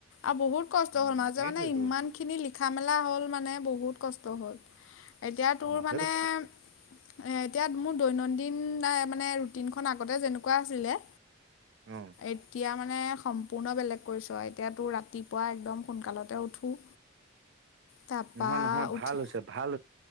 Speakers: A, on the left; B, on the right.
A: আৰু বহুত কষ্ট
B: উম
A: হ'ল মাজে
B: সেইটোৱেতো
A: মানে ইমান খিনি লিখা মেলা হ'ল মানে বহুত কষ্ট হ'ল এতিয়া তোৰ
B: অ
A: মানে
B: সেইটো
A: এতিয়া মোৰ দৈনন্দিন মানে ৰুটিনখন আগতে যেনেকুৱা আছিলে
B: অ
A: এতিয়া মানে সম্পূৰ্ণ বেলেগ কৰিছো আৰু এতিয়াতো ৰাতিপুৱা একদম সোনকালতে উঠো তাৰপা
B: নহয় নহয়
A: উঠি
B: ভাল হৈছে ভাল